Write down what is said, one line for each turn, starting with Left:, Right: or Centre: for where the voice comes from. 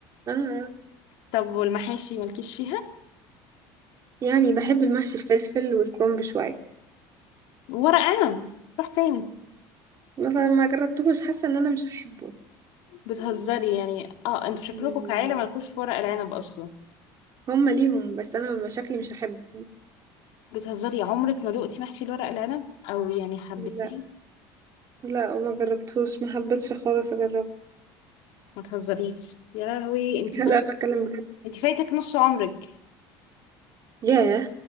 Right: آه.
Left: طب والمحاشي مالكيش فيها
Right: يعني بحب المحشي الفلفل والكرنب شويه
Left: ورق عنب راح فين
Right: ما ما جربتهوش حاسه ان انا مش هحبه
Left: بتهزري يعني اه انتوا شكلكم
Right: مم.
Left: كعيلة مالكوش في ورق العنب اصلا
Right: هما ليهم بس انا شكلي مش هحبه
Left: بتهزري عمرك ما دقتي محشي الورق العنب او مم. يعني حبتين
Right: فاهمه لا وما جربتوش ما حبيتش خالص اجرب
Left: ما تهزريش يا لهوي انت
Right: <laughs>
Left: فايت
Right: لا بتكلم بجد
Left: انت فايتك نص عمرك
Right: ياه